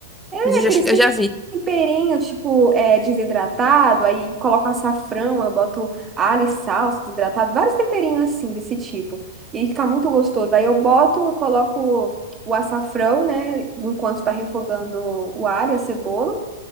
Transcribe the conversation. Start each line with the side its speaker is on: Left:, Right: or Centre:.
Right: É
Centre: Mas eu
Right: aqueles
Centre: já, eu
Right: tem-
Centre: já vi.
Right: temperinhos, tipo, é, desidratado. Aí coloco açafrão, eu boto alho e salsa desidratado. Vários temperinhos assim, desse tipo. E fica muito gostoso. Aí eu boto, coloco o açafrão, né? Enquanto tá refogando o alho, e a cebola.